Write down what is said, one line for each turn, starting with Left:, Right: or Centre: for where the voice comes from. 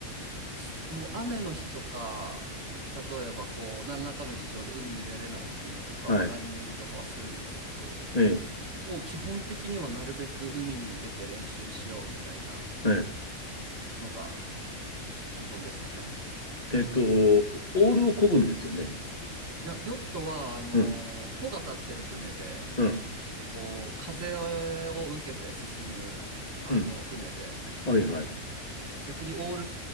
Right: すもう雨の日とか例えばこう何らかの事情で海に出れない日とかはランニングとかはするんですけど
Left: はい、ええ、
Right: もう基本的にはなるべく海に出て練習しようみたいな
Left: ええ。
Right: のが基本でしたね。
Left: えっと、オールを漕ぐんですよね。
Right: いや、ヨットは、あのー帆が立ってる船で、
Left: うんうん。
Right: こう、風を受けて進む、あの、
Left: うん。
Right: 船で、
Left: はいはい。
Right: 逆にオー